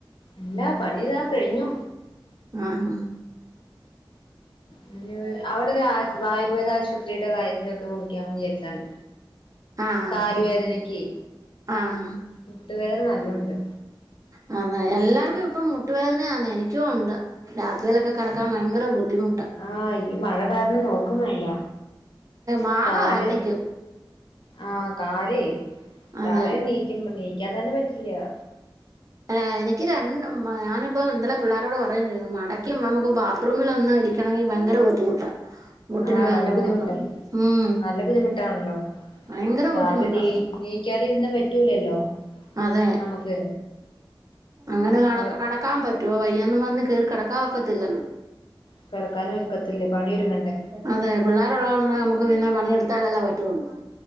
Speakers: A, on the left; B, on the right.
A: എല്ലാ പണിതാ കഴിഞ്ഞു
B: ആഹ് ആഹ്
A: പി അവിടെ ഒരു ആയു ആയുർവേദ ആശുപത്രിയുടെ കാര്യൊക്കെ <unintelligible> വിചാർച്ചാണ്.
B: ആഹ് ആഹ്
A: കാല് വേദനക്കെ
B: ആഹ്
A: മുട്ടുവേദന നല്ലോണ്ട്.
B: അ <unintelligible> എല്ലാർക്കും
A: ഈ
B: ഇപ്പം മു ട്ടുവേദനയാാണ് എനിക്കും ഒണ്ട് രാത്രിയിലൊക്കെ കെടക്കാൻ ഭയങ്കര ബുദ്ധിമു
A: ആഹ് ഈ മഴ കാരണം നോക്കും വേണ്ട
B: മാറ
A: കാല്
B: കാണിക്കും.
A: ആഹ് കാലേ
B: അതെ
A: രാവിലെ നീക്കുമ്പ നീക്കാൻ തന്നെ പറ്റില്ലാ.
B: ആഹ് എനിക്കി രണ് മ ഞാന്പ്പം ഇന്നലെ പിള്ളാരോട് പറയും ചെയ്തു മടക്കി നമുക്ക് ബാത്റൂമിലെന്നു ഇരിക്കണങ്കി ഭയങ്കര ബുദ്ധിമുട്ടാ മുട്ടിന്
A: ആഹ്
B: വേദന
A: നല്ല ബുദ്ധിമുട്ടാ
B: കൊണ്ട് ഉം
A: നല്ല ബുദ്ധിമുട്ടാണല്ലോ.
B: ഭയങ്കര
A: രാവിലെ
B: ബുദ്ധിമുട്ടാ
A: നീ നീയ്ക്കാതിരുന്ന പറ്റൂലല്ലോ
B: അതെ
A: നമുക്ക്.
B: അങ്ങനെ കട
A: അവ
B: കടക്കാൻ പറ്റോ വയ്യാന്നും പറഞ്ഞ് കേറി കടക്കാൻ ഒക്കത്തില്ലല്ലോ.
A: കെടക്കാനൊക്കത്തില്ലേ പണി ഒരുങ്ങണ്ടേ.
B: അതെ പിള്ളേരു ഉള്ളോണ്ട് നമുക്ക് പിന്നെ പണിയെടുത്താലല്ലെ പറ്റു ഒള്ളൂ.